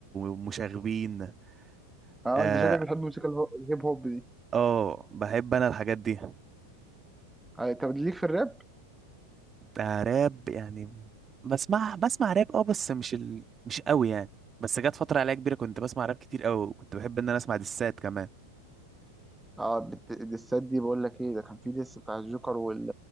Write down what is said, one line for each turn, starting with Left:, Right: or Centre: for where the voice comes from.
Right: مشاغبين
Centre: اه
Right: اه
Centre: انت شكلك بتحب الموسيقى الهو- الهيب هوب دي
Right: آه، بحب انا الحاجات دي
Centre: اه طب ليك في الراب
Right: آه، راب يعني بسمع بسمع راب اه بس مش ال... مش قوي يعني بس جت فترة عليا كبيرة كنت بسمع راب كتير قوي وكنت بحب ان انا اسمع دسات كمان
Centre: اه الدت- الدسات دي بقول لك ايه ده كان في ديس بتاع الجوكر وال